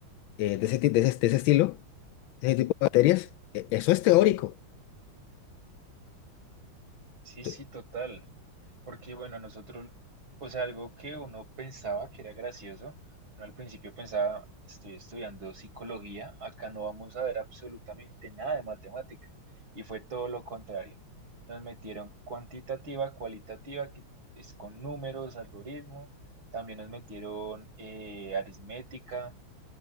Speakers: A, on the left; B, on the right.
A: eh, de ese, ti- de ese- de ese estilo, de ese tipo de materias, e- eso es teórico.
B: Sí,
A: Tú-
B: sí, total. Porque bueno, nosotros, o sea, algo que uno pensaba que era gracioso, uno al principio pensaba, estoy estudiando psicología, acá no vamos a ver absolutamente nada de matemática. Y fue todo lo contrario. Nos metieron cuantitativa, cualitativa, que es con números, algoritmo. También nos metieron eh, aritmética.